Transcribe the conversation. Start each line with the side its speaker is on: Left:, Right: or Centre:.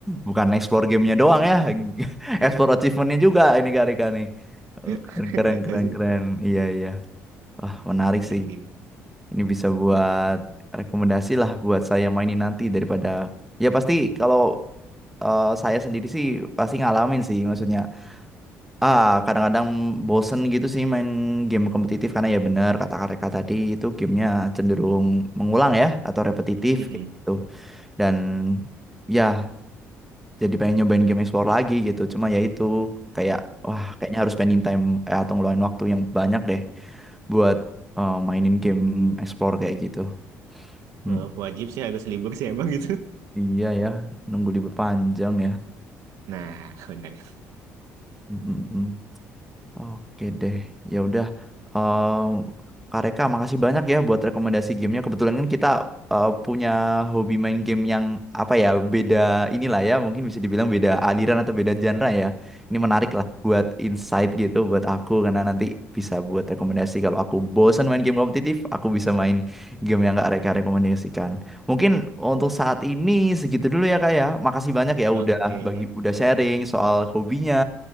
Centre: bukan explore gamenya doang ya, <laughs> explore achievementnya juga ini Kak Rika nih. Oh,
Right: <laughs>
Centre: Keren, keren,
Right: Gak
Centre: keren,
Right: tahu sih.
Centre: keren. Iya, iya. Wah, menarik
Right: Kayak
Centre: sih.
Right: gini.
Centre: Ini bisa buat rekomendasi lah buat saya mainin nanti daripada... Ya pasti kalau eh, saya sendiri sih pasti ngalamin sih maksudnya. Ah, kadang-kadang bosen gitu sih main game kompetitif karena ya bener kata Kak Rika tadi itu gamenya cenderung mengulang ya atau repetitif
Right: Mm-mm.
Centre: kayak gitu. Dan... Ya, jadi pengen nyobain game explore lagi gitu cuma ya itu kayak wah kayaknya harus spending time eh, atau ngeluarin waktu yang banyak deh buat eh, mainin game explore kayak gitu Hmm,
Right: Eh, wajib sih harus libur sih emang gitu.
Centre: iya ya nunggu libur panjang ya
Right: Nah, benar.
Centre: Mm, mm, mm. Oke deh, ya udah. Em, Kak Reka, makasih banyak ya buat rekomendasi gamenya. Kebetulan kan kita eh, punya hobi main game yang apa ya, beda inilah ya, mungkin bisa dibilang beda aliran atau beda genre ya. Ini menarik lah buat insight gitu buat aku karena nanti bisa buat rekomendasi. Kalau aku bosan main game kompetitif, aku bisa main game yang Kak Reka rekomendasikan. Mungkin untuk saat ini segitu dulu ya Kak ya. Makasih banyak ya
Right: Oke.
Centre: udah bagi udah sharing soal hobinya